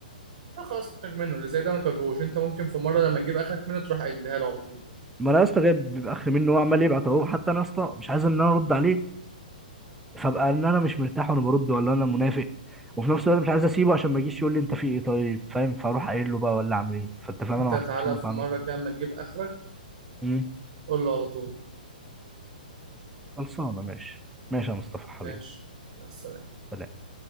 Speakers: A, on the right; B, in the centre.
A: لا خلاص فكك منه اللي زي ده ما تواجهوش انت ممكن في مره لما تجيب اخرك منه تروح اديها له على طول
B: ما أنا يا اسطى جايب بيبقى آخر منه هو عمال يبعت أهو حتى أنا يا اسطى مش عايز إن أنا أرد عليه فأبقى إن أنا مش مرتاح وأنا برد ولا أنا منافق وفي نفس الوقت مش عايز أسيبه عشان ما يجيش يقول لي أنت في إيه طيب فاهم فأروح قايل له بقى ولا أعمل إيه فأنت فاهم
A: انت
B: أنا محطوط
A: تعالى
B: في نقطة
A: في
B: عاملة
A: مرة كده اما تجيب اخرك
B: إيه؟
A: قول له على طول
B: خلصانة ماشي ماشي يا مصطفى حبيبي
A: ماشي مع السلامة
B: سلام.